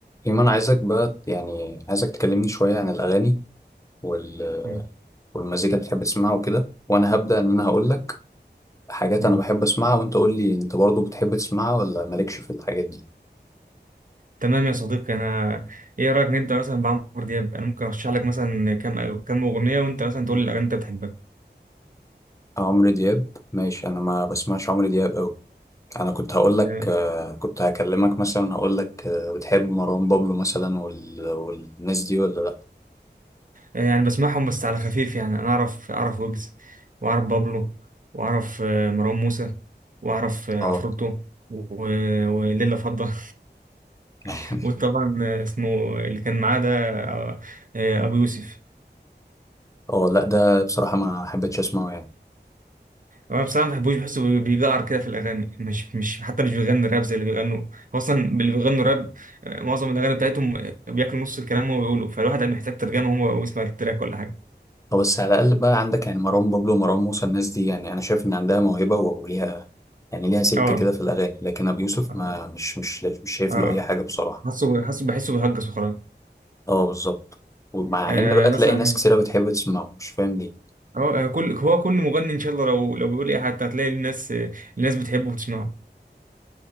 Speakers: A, on the left; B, on the right.
A: إيمان عايزك بقى يعني عايزك تكلمني شوية عن الأغاني وال
B: مم.
A: والمزيكا اللي بتحب تسمعها وكده وأنا هبدأ إن أنا هقول لك حاجات
B: مم.
A: أنا بحب أسمعها وأنت قول لي أنت برضو بتحب تسمعها ولا مالكش في الحاجات دي
B: تمام يا صديقي انا ايه رايك نبدا مثلا بعمرو دياب انا ممكن ارشح لك مثلا كام كام اغنيه وانت مثلا تقول لي الاغاني اللي انت بتحبها
A: عمرو دياب ماشي أنا ما بسمعش عمرو دياب أوي أنا كنت هقول لك
B: تمام.
A: آه، كنت هكلمك مثلا هقول لك آه، بتحب مروان بابلو مثلا وال... والناس دي ولا لأ
B: آه، يعني بسمعهم بس على خفيف يعني انا اعرف اعرف ويجز واعرف بابلو واعرف آه، مروان موسى واعرف آه،
A: أه
B: عفروتو و- وليلة فضة
A: <laughs>
B: <laughs> وطبعا آه، اسمه اللي كان معاه ده آه، آه، ابو يوسف
A: أه لأ ده بصراحة ما حبيتش أسمعه يعني
B: انا بصراحه ما بحبوش بحسه بيجعر كده في الاغاني مش مش حتى مش بيغني راب زي اللي بيغنوا هو اصلا اللي بيغنوا راب آه، معظم الاغاني بتاعتهم آه، بياكلوا نص الكلام وهو بيقوله فالواحد محتاج ترجمه هو ويسمع التراك ولا حاجه
A: أو بس على الأقل بقى عندك يعني مروان بابلو ومروان موسى الناس دي يعني أنا شايف إن عندها موهبة وليها يعني ليها سكة
B: اه
A: كده في الأغاني لكن أبو يوسف
B: اه
A: ما مش مش مش شايف
B: آه.
A: له أي حاجة بصراحة
B: حاسه حاسه بحسه بيهجس وخلاص
A: أه بالظبط ومع
B: آه
A: إن بقى
B: مثلا
A: تلاقي ناس كتيرة بتحب تسمعه مش فاهم ليه
B: هو آه، كل هو كل مغني ان شاء الله لو لو بيقول ايه حتى هتلاقي الناس آه، الناس بتحبه وبتسمعه